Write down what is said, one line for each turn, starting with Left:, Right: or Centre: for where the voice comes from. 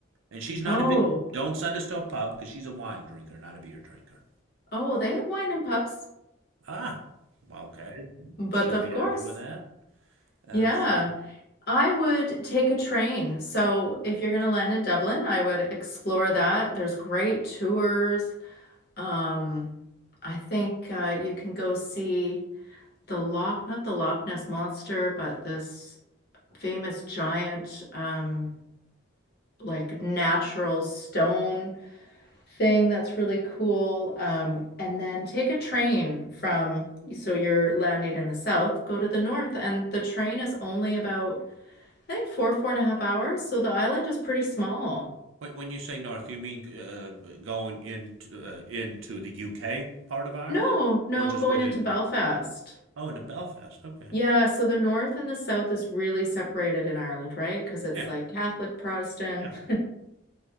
Right: and she's not
Left: Oh,
Right: a big. Don't send us to a pub because she's a wine drinker, not a beer drinker.
Left: oh, they have wine and pubs,
Right: Ah, okay.
Left: but
Right: She'll
Left: of
Right: be happy
Left: course.
Right: with that. And
Left: Yeah,
Right: so,
Left: I would take a train. So if you're going to land in Dublin, I would explore that. There's great tours. Um, I think uh, you can go see the Loch, not the Loch Ness Monster, but this famous giant, um, like natural stone. thing that's really cool. Um, and then take a train from, so you're landing in the south, go to the north, and the train is only about, I think, four, four and a half hours. So the island is pretty small.
Right: when when you say north, you mean uh, going into uh, into the UK part of Ireland,
Left: No, no,
Right: or just
Left: going
Right: within?
Left: into Belfast.
Right: Oh, into Belfast. Okay.
Left: Yeah, so the north and the south is really separated in Ireland, right? Because it's
Right: Yeah,
Left: like Catholic, Protestant.
Right: yeah.